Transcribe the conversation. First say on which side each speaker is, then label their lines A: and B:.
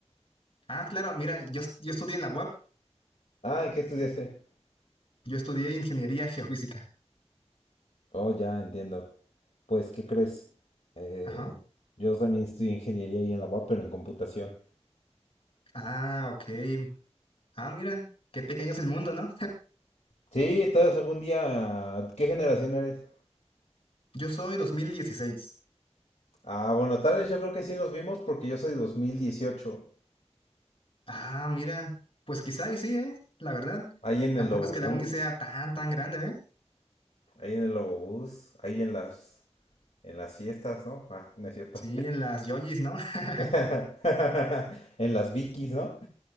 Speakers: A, on the left (about 55°); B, on the left (about 75°).
A: Ah, claro, mira, yo, yo estudié en la UAP,
B: Ah, ¿en qué estudiaste?
A: yo estudié ingeniería geofísica.
B: Oh, ya entiendo. Pues, ¿qué crees? Eh,
A: Ajá.
B: yo también estudié ingeniería y en la UAP, pero en computación.
A: Ah, ok. Ah, mira, qué pequeño es el mundo, ¿no?
B: Sí, tal vez algún día. ¿Qué generación eres?
A: Yo soy 2016.
B: Ah, bueno, tal vez yo creo que sí nos vimos porque yo soy dos mil dieciocho
A: Ah, mira, pues quizá y sí, ¿eh? La verdad,
B: Ahí en
A: tampoco
B: el Lobobús,
A: es que la uni sea tan, tan grande, ¿eh?
B: ahí en el Lobobús, ahí en las, en las fiestas, ¿no? Ah, no es cierto.
A: Sí, en las yojis, ¿no? <laughs>
B: <laughs> En las Vikis, ¿no?